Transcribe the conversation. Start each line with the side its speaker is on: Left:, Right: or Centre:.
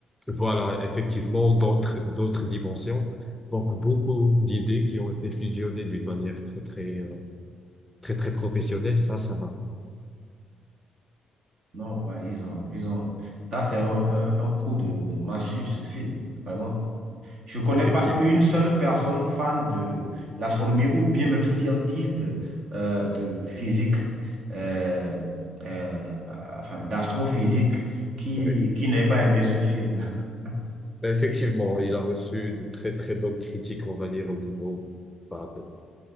Centre: voilà, effectivement, d'autres, d'autres dimensions. Donc, beaucoup d'idées qui ont été fusionnées d'une manière très, très, euh, très, très professionnelle. Ça, ça m'a
Right: Non, ouais, ils ont, ils ont. Ça, c'est un, un, un coup de, de massue, ce film, vraiment. Je ne connais
Centre: Effectivement,
Right: pas une seule personne fan de l'astronomie ou bien même scientiste euh, de physique, euh, euh, enfin, d'astrophysique qui,
Centre: oui.
Right: qui n'ait pas aimé ce film. <laughs>
Centre: Ben, Effectivement, il a reçu de très très bonnes critiques, on va dire, au niveau, bah, de-